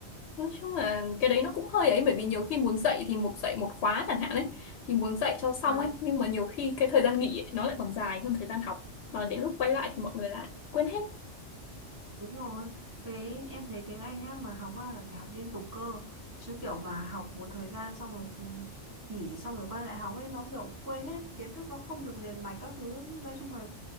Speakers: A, on the left; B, on the right.
A: Nói chung là cái đấy nó cũng hơi ấy bởi vì nhiều khi muốn dạy thì một dạy một khóa chẳng hạn ấy thì muốn dạy cho xong
B: Vâng,
A: ấy nhưng mà nhiều khi cái thời gian nghỉ ấy, nó lại còn dài hơn thời gian học mà đến lúc quay lại thì mọi người lại quên hết.
B: đúng rồi. Thế em thấy tiếng Anh á mà học ra là phải học liên tục cơ. Chứ kiểu mà học một thời gian xong rồi ừ, nghỉ xong rồi quay lại học ấy nó kiểu quên hết kiến thức nó không được liền mạch các thứ. Nói chung là